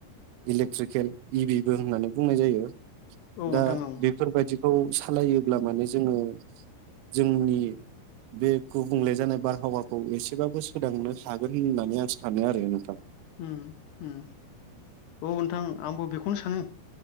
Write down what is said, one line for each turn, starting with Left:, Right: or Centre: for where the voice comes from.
Right: इलेकट्रिकेल, इभिबो होननानै बुंनाय जायो
Left: औ
Right: दा
Left: नोंथां औ
Right: बेफोरबायदि औ लायोब्ला माने जोङो जोंनि बे गुबुंले जानाय बारहावाखौ एसेबाबो सोदांनो हागोन होननानै आं सानो आरो नोंथां।
Left: ओम ओम, औ नोंथां आंबो बेखौनो सानो।